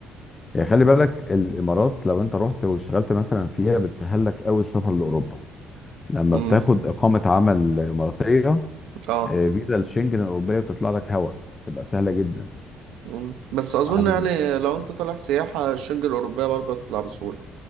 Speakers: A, on the left (about 20°); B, on the right (about 85°).
A: يعني خلي بالك الامارات لو انت رحت واشتغلت مثلا فيها بتسهل لك قوي السفر لاوروبا لما
B: امم
A: بتاخد اقامه عمل اماراتيه
B: اه
A: آه، فيزا الشنجن الاوروبيه بتطلع لك هوا تبقى سهله جدا
B: مم. بس اظن
A: عن
B: يعني لو انت طالع سياحة الشنجة الاوروبية برضه هتطلع بسهولة